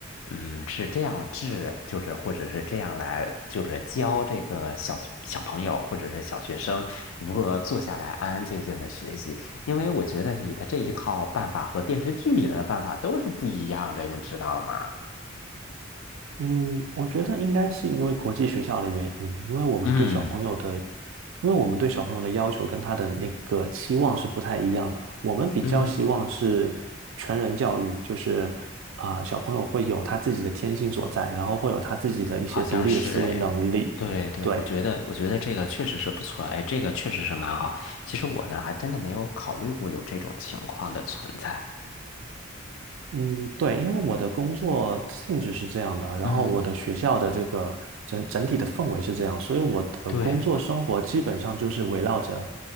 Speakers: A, on the left; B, on the right.
A: 嗯是这样治，就是或者是这样来，就是教这个小小朋友或者是小学生如何坐下来安安静静的学习。因为我觉得你的这一套办法和电视剧里的办法都是不一样的，你知道吗？
B: 嗯，我觉得应该是因为国际学校的原因，因为我们对小朋友的，
A: 嗯
B: 因为我们对小朋友的要求跟他的那个期望是不太一样的。我们比较希望是全人教育，
A: 嗯。
B: 就是啊、小朋友会有他自己的天性所在，然后会有他自己的一些独立的思维能力。
A: 好像是哎，对对，
B: 对，
A: 我觉得我觉得这个确实是不错，哎，这个确实是蛮好。其实我呢，还真的没有考虑过有这种情况的存在。
B: 嗯，对，因为我的工作性质是这样的，然后我的学校的这个整整体的氛围是这样，
A: 嗯，
B: 所以我的工作生活基本上就是围绕着，
A: 对，